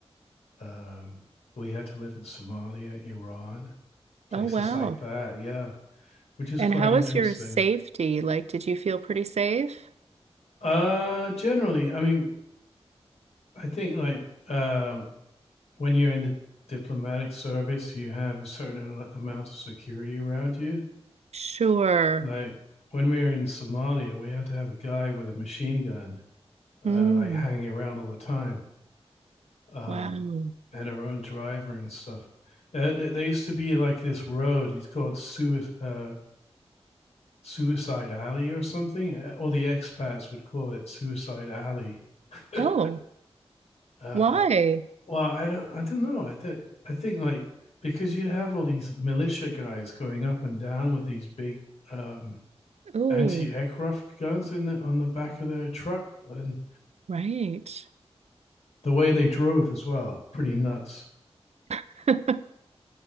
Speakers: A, on the left; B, on the right.
A: um, we had to live in Somalia, Iran, places
B: Oh, wow.
A: like that. Yeah, which is
B: And
A: quite
B: how
A: interesting.
B: was your safety? Like, did you feel pretty safe?
A: Uh, generally, I mean, I think like uh, when you're in the diplomatic service, you have a certain amount of security around you.
B: Sure.
A: Like when we were in Somalia, we had to have a guy with a machine gun, uh,
B: Mm,
A: like hanging around all the time, um,
B: wow.
A: and our own driver and stuff. Uh, there, there used to be like this road. It's called Suez, uh, Suicide Alley or something. Uh, All the expats would call it Suicide Alley. <laughs>
B: Oh,
A: uh,
B: why?
A: well, I don't, I don't know. I think, I think like because you'd have all these militia guys going up and down with these big um,
B: Oh,
A: anti-aircraft guns in the, on the back of their truck, and
B: right.
A: the way they drove as well, pretty nuts.
B: <laughs>